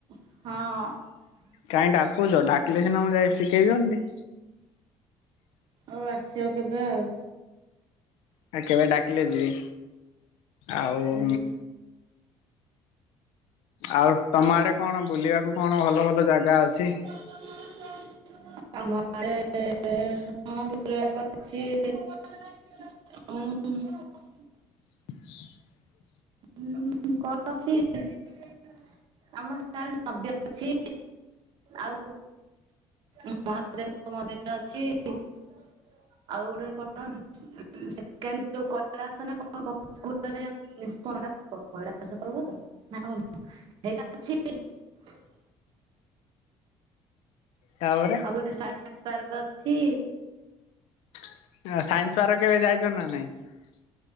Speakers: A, on the right; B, on the left.
A: ହଁ।
B: କାଇହିଁ ଡାକୁଛ ଡାକିଲେ ସିନା ମୁ ଯାଇ ଶିଖେଇ ଦିଅନ୍ତି।
A: ଆଉ ଆସିବ କେବେ ଆଉ
B: ଆଉ କେବେ ଡାକିଲେ ଯିବି। ଆଉ
A: ହୁଁ।
B: ଆଉ ତମ ଆଡେ କଣ ବୁଲିବାକୁ କଣ ଭଲ ଭଲ ଜାଗା ଅଛି। ସେ
A: <unintelligible> ଆମ ହଁ ବୁଲିବାକୁ ଅଛି <unintelligible>
B: <inaudible>
A: ହୁଁ କଣ ଅଛି <unintelligible> ଆମ ଗାଁରେ ନଦ୍ୟ ଅଛି ଆଉ ମହାଦେବଙ୍କ ମନ୍ଦିର ଅଛି ଆଉ ଗୋଟେ କଣ
B: ତାପରେ
A: ଆଗୋ ଟ୍ରାନ୍ସପାର୍କ ଅଛି।
B: <unintelligible>